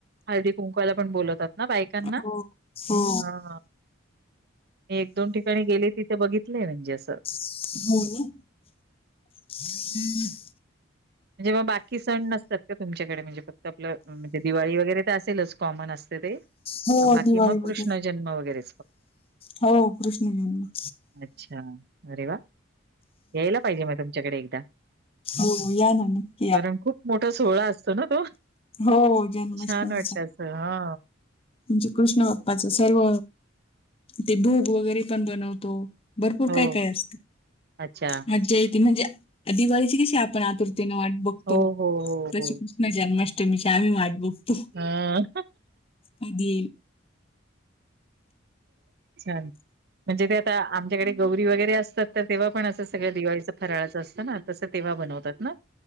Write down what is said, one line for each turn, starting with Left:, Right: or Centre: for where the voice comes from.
Right: हळदी कुंकवाला पण बोलतात ना बायकांना
Left: हो हो
Right: हा मी एक दोन ठिकाणी गेले तिथे बघितलेय म्हणजे असं
Left: हो
Right: म्हणजेव बाकी सण नसतात का तुमच्याकडे म्हणजे फक्त आपलं म्हणजे दिवाळी वगैरे तर असेलच कॉमन असतात
Left: हो
Right: बाकी
Left: दिवाळी
Right: मग कृष्ण
Left: वगैरे
Right: जन्म वगैरे
Left: हो कृष्ण जन्म
Right: अच्छा अरे वा यायला पाहिजे मग तुमच्याकडे एकदा
Left: हो हो या ना नाही
Right: कारण खूप मोठा सोहळा असतो ना तो
Left: हो जन्माष्टमीचा
Right: छान वाटत असं हा
Left: म्हणजे कृष्ण बाप्पाच सर्व ते भूग वगैरे पण बनवतो भरपूर
Right: हो
Left: काय काय असत
Right: अच्छा
Left: मज्जा येते म्हणजे दिवाळीची कशी आपण आतुरतीने वाट बघतो
Right: हो हो हो
Left: तशी
Right: हो
Left: कृष्ण जन्माष्टमी तुमची आम्ही वाट बघतो
Right: हा
Left: अगदी
Right: छान म्हणजे ते आता आमच्याकडे गौरी वगैरे असतात तर तेव्हा पण असं सगळं दिवाळीचं फराळाचं असतं ना तसं तेव्हा बनवतात ना